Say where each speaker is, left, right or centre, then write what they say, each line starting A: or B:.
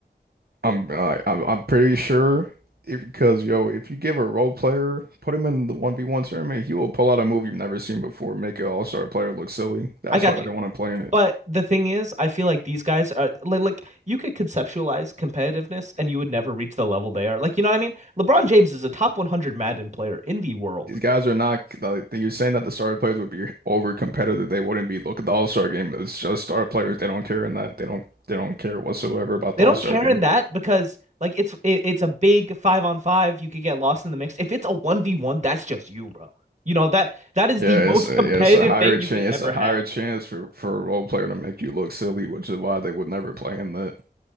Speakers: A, on the right; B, on the right.
A: I'm uh, I'm, I'm pretty sure if because yo, if you give a role player, put him in the 1v1 tournament, he will pull out a move you've never seen before, make an all-star player look silly.
B: <laughs>
A: That's
B: I got
A: why they
B: you.
A: don't want to play in it.
B: But the thing is, I feel like these guys are like, like you could conceptualize competitiveness and you would never reach the level they are. Like, you know what I mean? LeBron James is a top 100 Madden player in the world.
A: These guys are not like you're saying that the star players would be over competitive. They wouldn't be. Look at the all-star game. It's just star players. They don't care in that. They don't they don't care whatsoever about
B: They
A: the
B: don't
A: all-star
B: care
A: game.
B: in that because like it's it, it's a big five on five. You could get lost in the mix. If it's a one v one, that's just you, bro. You know that that is
A: Yeah,
B: the most
A: it's a,
B: <laughs> competitive
A: yeah, it's a higher
B: thing you
A: chance.
B: could ever
A: It's a
B: have.
A: higher chance for for a role player to make you look silly, which is why they would never play in that.